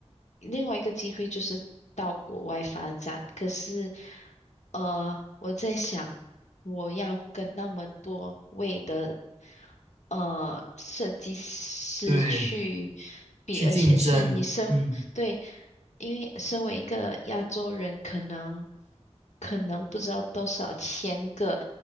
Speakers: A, on the left; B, on the right.
A: 另外一个机会就是到国外发展，可是呃我在想我要跟那么多位的呃设计师去
B: 对，
A: 比，
B: 去竞争，
A: 而且是你身，
B: 嗯。
A: 对，因为身为一个亚洲人，可能。可能不知道多少千个